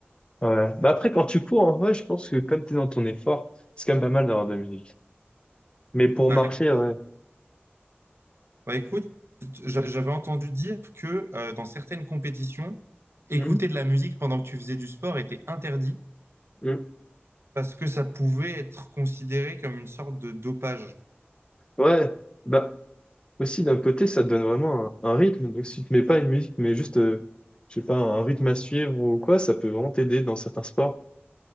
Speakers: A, on the left; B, on the right.
A: Ouais. Bah après quand tu cours en vrai, je pense que comme tu es dans ton effort, c'est quand même pas mal d'avoir de la musique. Mais pour
B: Ouais.
A: marcher, ouais.
B: Bah, écoute, j'a- j'avais entendu dire que euh, dans certaines compétitions, écouter
A: Mhm,
B: de la musique pendant que tu faisais du sport était interdit
A: mhm.
B: parce que ça pouvait être considéré comme une sorte de dopage.
A: Ouais, bah aussi d'un côté, ça te donne vraiment un, un rythme. Donc si tu mets pas une musique, mais juste, euh, je sais pas, un rythme à suivre ou quoi, ça peut vraiment t'aider dans certains sports.